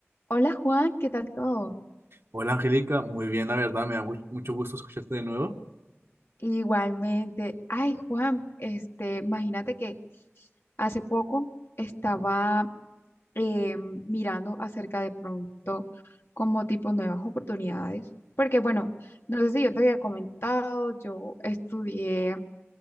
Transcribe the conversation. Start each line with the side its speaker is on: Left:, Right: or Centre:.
Left: Hola Juan, ¿qué tal todo?
Right: Hola Angélica, muy bien, la verdad, me da mu- mucho gusto escucharte de nuevo.
Left: Igualmente. Ay, Juan, este, imagínate que hace poco estaba eh, mirando acerca de pronto como tipo nuevas oportunidades, porque bueno, no sé si yo te había comentado, yo estudié